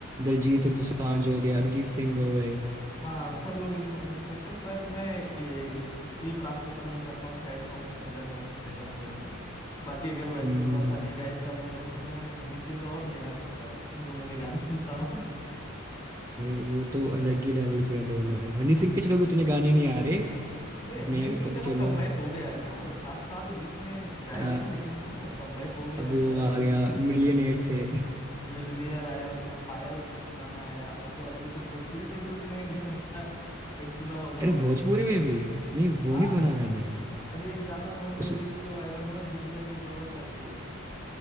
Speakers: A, on the right; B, on the left.
A: दिलजीत दोसांझ हो गए अरिजीत सिंह हो गए
B: हाँ अक्सर लोग इन्हीं को पसंद करते हैं बट मैं ये बी प्राक को पसंद करता हूँ सैड सॉन्ग्स में अगर मेरा सुनने का मूड है तो बाकी अगर वो ऐसे
A: हम्म
B: थोड़ा
A: हम्म, हम्म।
B: फनी टाइप का मूड है तो मैं हनी सिंह और नेहा कक्कर इन दोनों के गाने <laughs> सुनता हूँ
A: अरे वो तो
B: हाँ।
A: अलग ही लेवल पे है दोनों हनी सिंह के चलो भी उतने गाने नहीं आ रहे बट
B: नहीं
A: नेहा
B: हनी सिंह
A: कक्कड़ तो
B: का तो
A: चलो
B: कमबैक हो गया है ना वो सात साल बीच में गायब
A: आ,
B: था लेकिन ना कमबैक हो गया
A: अभी
B: उसका
A: वो
B: अभी
A: आ गया मिलियनेयर से
B: मिलनेयर आया उसका पायल गाना आया उसके बाद अभी तो भोजपुरी में भी उसने गा दिया <laughs> एक सुना होगा
A: अरे
B: आपने
A: भोजपुरी
B: तो
A: में भी नहीं वो
B: हाँ
A: नहीं सुना मैंने
B: अरे एक गाना बहुत
A: उसमें
B: रील्स पे वायरल हुआ दीदिया के देवर करके